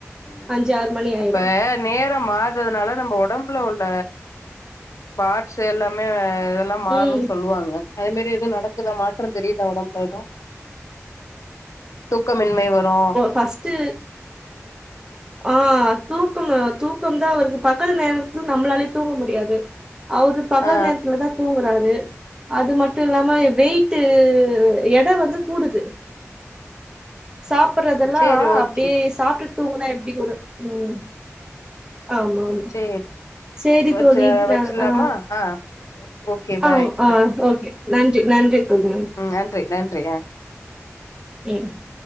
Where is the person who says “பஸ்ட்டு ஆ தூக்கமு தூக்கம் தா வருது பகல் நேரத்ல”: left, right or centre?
Right